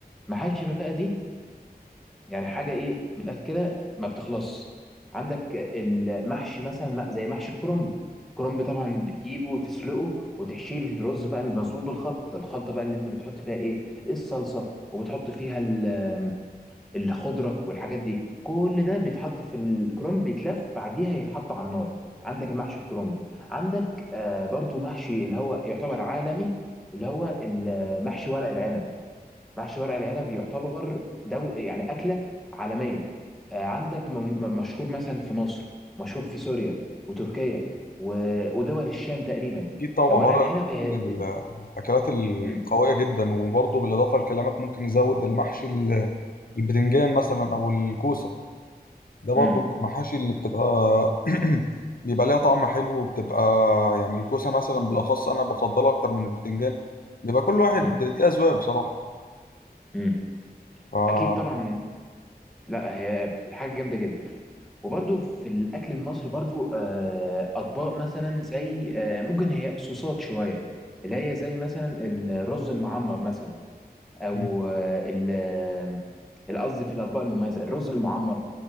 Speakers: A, in the centre; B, on the left.
A: المحاشي بقى دي يعني حاجه ايه من الاخر كده ما بتخلصش عندك المحشي مثلا م- زي محشي الكرنب الكرنب طبعا بتجيبه وتسلقه وتحشيه الرز بقى المزنوق بالخلطه الخلطه بقى اللي انت بتحط فيها ايه الصلصه وبتحط فيها ال- الخضره والحاجات دي كل ده بيتحط في الكرنب بيتلف بعديها يتحط على النار عندك المحشي الكرنب عندك آه، برضو محشي اللي هو يعتبر عالمي اللي هو المحشي ورق العنب محشي ورق العنب يعتبر دول يعني أكلة عالمية آه، عندك م- م- مشهور مثلا في مصر مشهور في سوريا وتركيا و- ودول الشام تقريبا
B: أكيد طبعا
A: آه، ورق
B: ورق
A: العنب هي
B: من الأكلات القوية
A: م-
B: جدا وبرضه بالإضافة لكلامك ممكن نزود المحشي البتنجان مثلا او الكوسه ده برضو
A: م-
B: من المحاشي اللي بتبقى <clears throat> بيبقى ليها طعم حلو وبتبقى يعني الكوسه مثلا بالاخص انا بفضلها اكتر من البتنجان بيبقى كل واحد
A: م-
B: دي اذواق بصراحه
A: م.
B: ف
A: أكيد طبعا لا هي حاجة جامدة جدا وبرده في الأكل المصري برده آه، أطباق مثلا زي آه، ممكن هي صوصات شوية اللي هي زي مثلا الرز المعمر مثلا او
B: م.
A: آه، ال- القصدي في الاطباق المميزه الرز المعمر